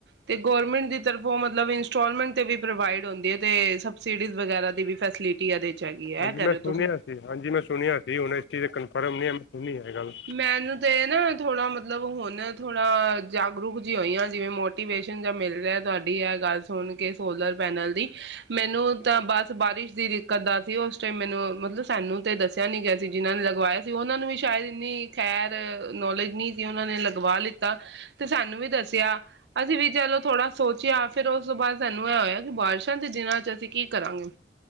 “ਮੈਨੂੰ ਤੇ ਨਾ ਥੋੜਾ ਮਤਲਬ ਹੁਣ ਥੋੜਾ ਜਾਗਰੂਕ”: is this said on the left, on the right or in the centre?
Right